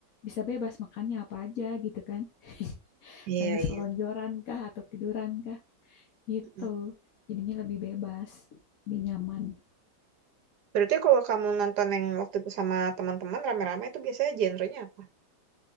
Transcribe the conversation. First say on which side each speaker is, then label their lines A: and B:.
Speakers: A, on the left; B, on the right.
A: bisa bebas makannya apa aja gitu kan. <laughs>
B: iya
A: Sambil selonjoran
B: iya.
A: kah atau tiduran kah gitu.
B: Mm-mm.
A: Jadinya lebih bebas, lebih nyaman.
B: Berarti kalau kamu nonton yang waktu itu sama teman-teman rame-rame itu biasanya genrenya apa?